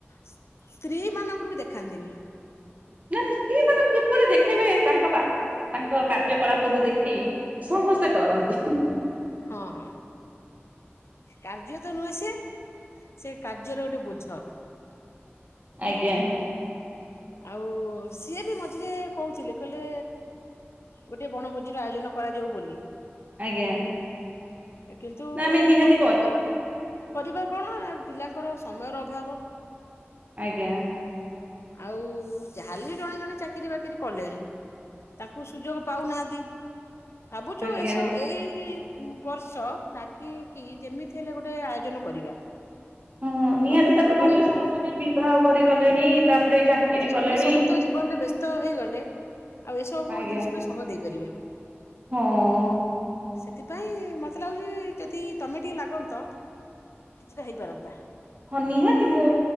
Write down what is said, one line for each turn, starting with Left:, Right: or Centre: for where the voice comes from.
Left: ସ୍ତ୍ରୀ ମାନଙ୍କୁ ବି ଦେଖାନ୍ତିନି।
Right: ନା ନା ସିଏ ମାନେ କିପରି ଦେଖେଇବେ ତାଙ୍କ ବା ତାଙ୍କ କାର୍ଯ୍ୟକଳାପକୁ ଦେଖି ସମସ୍ତେ ଡରନ୍ତି।
Left: ହଁ ହଁ। କାର୍ଯ୍ୟ ତ ନୁହେଁ ସେ ସେ କାର୍ଯ୍ୟରେ ଗୋଟେ ବୋଝ।
Right: ଆଜ୍ଞା
Left: ଆଉ ସିଏ ବି ମଝିରେ କୋହୁଥିଲେ କହିଲେ ଗୋଟେ ବଣଭୋଜିର ଆୟୋଜନ କରାଯାଉ ବୋଲି।
Right: ଆଜ୍ଞା।
Left: କିନ୍ତୁ
Right: ନା ଆମେ ନିହାତି
Left: କଣ କରିବା। କରିବା କଣ ପିଲାଙ୍କର ସମୟର ଅଭାବ।
Right: ଆଜ୍ଞା।
Left: ଆଉ ଯାହେଲେବି ବି ଜଣେ ଜଣେ ଚାକିରି ବାକିରି କଲେଣି। ତାଙ୍କୁ ସୁଯୋଗ ପାଉନାହାନ୍ତି, ଭାବୁଚୁ
Right: ଆଜ୍ଞା
Left: ଏସବୁ ଏଇ ବର୍ଷ ଲାଗିକି ଯେମିତି ହେଲେ ଗୋଟେ ଆୟୋଜନ କରିବା।
Right: ହଁ ନିହାତି
Left: ନକଲେ
Right: ତାପରେ
Left: ହବନି
Right: କଣ କଲେ ସମସ୍ତେ ବି ବିବାହ କରିଗଲେଣି। ତାପରେ ଚାକିରି
Left: ସମ
Right: କଲେଣି
Left: ସମସ୍ତଙ୍କ ଜୀବନରେ ବ୍ୟସ୍ତ ହେଇଗଲେ। ଆଉ ଏସବୁ
Right: ଆଜ୍ଞା
Left: ଜିନିଷ ପାଇଁ ସମୟ ଦେଇପାରିବେନି।
Right: ହଁ।
Left: ସେଥିପାଇଁ ମତେ ଲାଗୁଛି ଯଦି ତମେ ଟିକେ ଲାଗନ୍ତ କିଛିଟା ହେଇପାରନ୍ତା।
Right: ହଁ ନିହାତି ମୁଁ